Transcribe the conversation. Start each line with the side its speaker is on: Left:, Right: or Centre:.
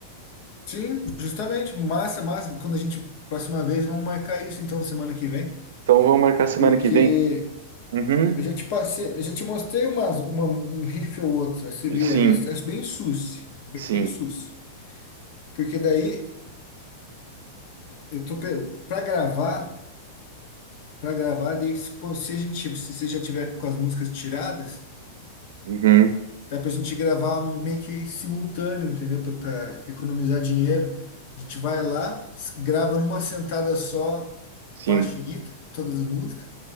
Left: Sim, justamente. Massa, massa. Quando a gente. Próxima vez, vamos marcar isso então semana que vem.
Right: Então vamos marcar semana
Left: Porque
Right: que vem. Uhum.
Left: Eu já te passei, eu já te mostrei umas, uma- um riff ou outro, você viu
Right: Sim,
Left: ali, é, é bem sus, bem
Right: sim.
Left: sus. Porque daí eu tô para gravar, para gravar, daí se quando- se a gente, se você já tiver com as músicas tiradas,
Right: Uhum.
Left: dá pra gente gravar meio que simultâneo, entendeu? Pra, pra economizar dinheiro. A gente vai lá, s- grava numa sentada só,
Right: Sim.
Left: baixo e guitarra, todas as músicas,